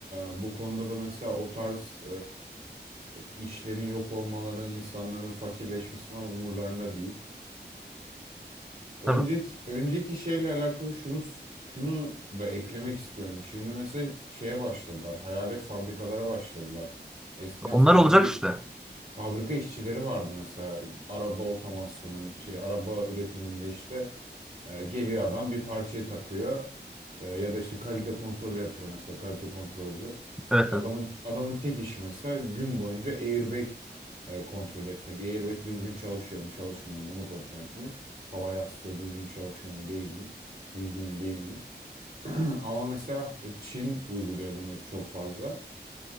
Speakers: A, on the right (about 55°); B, in the centre.
A: e, bu konuda da mesela o tarz e, işlerin yok olmaları, insanların fakirleşmesi falan umurlarında değil. Önceki
B: tabii.
A: önceki şeyle alakalı şunu şunu da eklemek istiyorum. Şimdi mesela şeye başladılar. Hayalet fabrikalara başladılar. Eskiden
B: Onlar
A: fabrika
B: olacak işte.
A: fabrika işçileri vardı mesela araba otomasyonun şey araba üretiminde işte e, geliyor adam bir parçayı takıyor E, ya da işte kalite kontrolü yapıyor mesela kalite kontrolcü
B: Evet
A: adamın
B: evet.
A: adamın tek işi mesela gün boyunca airbag e, kontrol etmek. Airbag düzgün çalışıyor mu, çalışmıyor mu onu kontrol etmek. Hava yastığı düzgün çalışıyor mu, değil mi? Düzgün mü, değil mi? <laughs> <clears throat> Ama mesela Çin uyguluyor bunu çok fazla.